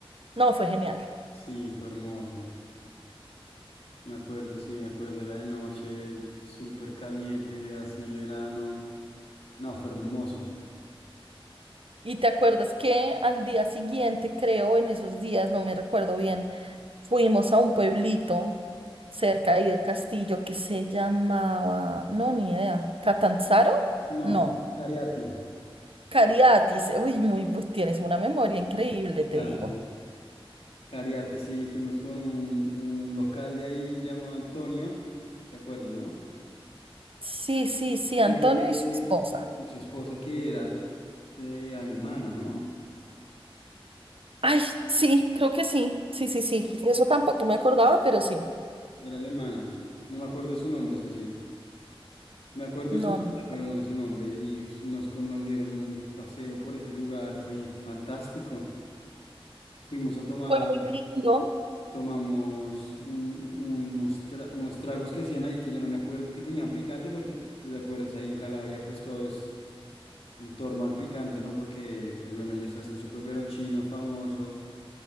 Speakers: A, on the right (about 65°); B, on the left (about 80°).
A: No, fue genial.
B: sí, fue hermoso. Me acuerdo, sí, me acuerdo, era de noche, súper caliente, así verano. No, fue hermoso.
A: Y te acuerdas que al día siguiente, creo, en esos días, no me recuerdo bien, fuimos a un pueblito cerca ahí del castillo que se llamaba, no, ni idea, ¿Catanzaro?
B: No,
A: No,
B: Cariati.
A: Cariatis. Uy, muy, bu- tienes una memoria increíble, te
B: Claro,
A: digo.
B: Cariati, sí, fuimos con un, un local de ahí llamado Antonio, ¿te acuerdas, no?
A: Sí, sí, sí, Antonio
B: Eh,
A: y su esposa.
B: y su esposa que era de alemana, ¿no?
A: Ay, sí, creo que sí, sí, sí, sí. Eso tampoco me acordaba, pero sí.
B: Era alemana. No me acuerdo de su nombre, eso sí. Me acuerdo
A: No,
B: de su cara,
A: ni-
B: pero no de su nombre. Y nos, con- nos dieron un paseo por ese lugar, fue fantástico. Fuimos a tomar,
A: fue muy lindo,
B: tomamos un- unos, tra- unos tragos que hacían ahí, que ya no me acuerdo, que tenían picante, porque tú te acuerdas, ahí en Calabria pues todo es en torno al picante, ¿no? Porque pues bueno, ellos hacen su peperoncino famoso.